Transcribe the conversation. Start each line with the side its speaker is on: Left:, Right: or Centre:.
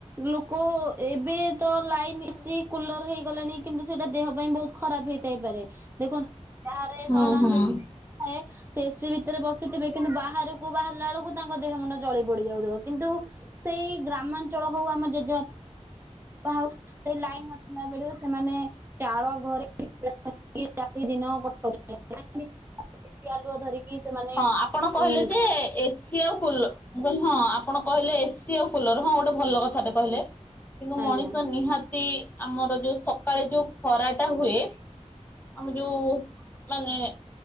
Right: ଲୋକ ଏବେ ତ ଲାଇନ ଏସିି, କୁଲର ହେଇଗଲାଣି। କିନ୍ତୁ ସେଇଟା ଦେହ ପାଇଁ ବହୁତ ଖରାପ ହେଇଥାଇପାରେ। ଦେଖନ୍ତ ବାହାର
Left: ହୁଁ
Right: ସହରାଞ୍ଚଳ
Left: ହଁ
Right: ଥାଏ। ସେଏସିି ଭିତରେ ବସିଥିବେ କିନ୍ତୁ ବାହାରକୁ ବାହାରିଲା ବେଳକୁ ତାଙ୍କ ଦେହ ମୁଣ୍ଡ ଜଳି ପୋଡିଯାଉଥିବ। କିନ୍ତୁ ସେଇ ଗ୍ରାମାଞ୍ଚଳ ହଉ ଆମ ଜେଜେବା <unintelligible> ଉ ସେଇ ଲାଇନ୍ ନଥିଲା ବେଳୁ ସେମାନେ ଚାଳ ଘରେ <inaudible> ରାତି ଦିନ <inaudible> ଡିବି ଆଲୁଅ ଧରିକି ସେମାନେ
Left: ହଁ ଆପଣ କହିଲେ
Right: ଉଁ
Left: ଯେ ଏସି ଆଉ କୁଲ ମୁଁ କହିଲି ହଁ ଆପଣ କହିଲେ ଏସି ଆଉ କୁଲର ହଁ ଗୋଟେ ଭଲ କଥାଟେ କହିଲେ। କିନ୍ତୁ
Right: ଆଜ୍ଞା
Left: ମଣିଷ ନିହାତି ଆମର ଯୋଉ ସକାଳେ ଯୋଉ ଖରାଟା ହୁଏ। ଆମ ଯୋଉ ମାନେ